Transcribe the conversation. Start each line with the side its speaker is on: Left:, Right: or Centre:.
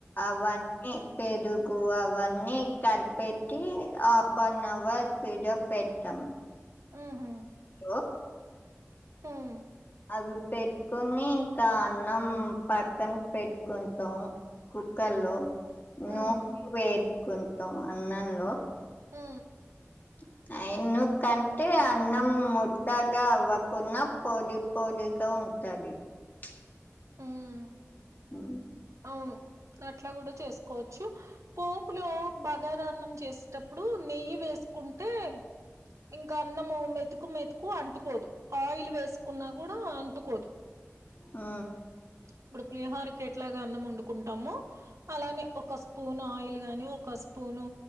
Left: అవన్నీ పెరుగు అవన్నీ తలపెట్టి హఫ్ వన్ అవర్ పీడి పెట్టాం
Right: హుహు.
Left: హలో
Right: హ్మ్.
Left: అవి పెట్టుకుని ఇంకా అన్నం పక్కన పెట్టుకుంటాం కుక్కర్ల్లో
Right: హ్మ్.
Left: నూనె వేసుుకుంటాం అన్నంలో
Right: ఆ
Left: చె ఎన్న కంటే అన్నం ముట్టాగా అవ్వకుండా పోది పోదిగా ఉంటంది పతది
Right: హ్మ్.
Left: ఆ
Right: అవును. అట్లా కూడా చేసుకోవచ్చు పోపులో బగారాన్నం చేసేటప్పుడు నెయ్యి వేసి కుంటే ఇంకా అన్నము మెతుకు మెతుకు అంటుకోదు ఆయిల్ వేసుకున్నా కూడా అంటుకోదు
Left: ఆ
Right: ఇప్పుడు పులిహరకి ఎట్లాగా అన్నం వండుకుంటాము అలానే ఒక స్పూన్ ఆయిల్ గాని ఒక స్పూను